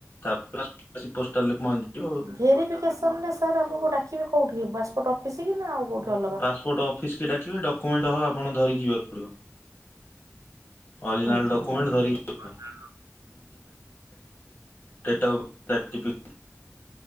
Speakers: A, on the left; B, on the right.
A: ତାପ ଆସି ପୋଷ୍ଟାଲରେ ପହଞ୍ଚିଯିବ ଆଉ।
B: ଭେରିଫିକେସନରେ ସାର୍ ଆମକୁ ଡାକିବେ କୋଉଠି ପାପୋର୍ଟ ଅଫିସ୍ କି ନା ଆଉ କେଉଁଠି? ଅଲଗା।
A: ପାସପୋର୍ଟ ଅଫିସ କି ଡାକିବେ ଡକ୍ୟୁମେଣ୍ଟ ସହ ଆପଣ ଧରିକି ଯିବାକୁ ପଡିବ ଅରିଜିନାଲ
B: ଆଜ୍ଞା
A: ଡକୁମେଣ୍ଟ
B: ଆଜ୍ଞା
A: ଧରିକି ଆସିବ।
B: <unintelligible>
A: ଡେଟ୍ ଅଫ୍ ବର୍ଥ ସାର୍ଟିଫିକେଟ